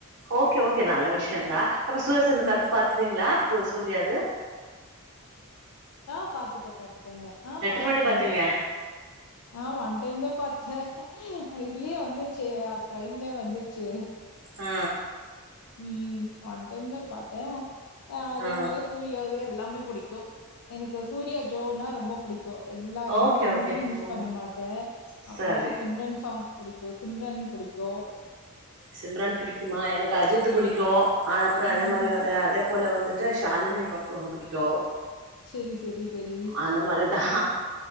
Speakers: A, on the right (about 55°); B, on the left (about 85°).
A: ஓகே ஓகே நல்ல விஷ்யந்தா அப்ப சூரியஸ்சனுக்கு
B: அ.
A: அடுத்து பார் ங்களா கு சூர்யா இது
B: அ பாத்துட்ட பாத்துட்டேங்க ஆ
A: எத்தன
B: பாத்துட்டேங்க
A: வாட்டி பாத்தீங்க
B: ஆ ஒன் டைம் தா பாத்த இதுலியே வந்துருச்சு அ ப்ரைம்ல வந்துருச்சு
A: அ
B: ம் ஒன் டைம் தா பாத்தே அதே
A: ஆ
B: மார்ய சூர்யாவ்தே எல்லாமே புடிக்கு தோ எனக்கு சூர்யா ஜோ னா ரொம்ப புடி கு எல்லா எந்த
A: ஓகே
B: மூவியு
A: ஓகே
B: மிஸ்
A: ம்
B: பண்ண மாட்டே அப்றோ
A: சரி
B: சிம்ரன் சாங்ஸ் புடிக்கு சிம்ரன் புடிக்கு
A: சிம்ரான் புடிக்குமா எனக்கு அஜித்து
B: ஆ
A: புடிக்கு அ அப்புற அதே
B: ஆஹா
A: மாரி அத அதே போல வந்து த்ர ஷாலினி பம்ப் புடிக்கு
B: செரி செரி செரி
A: அந்த மாரிதா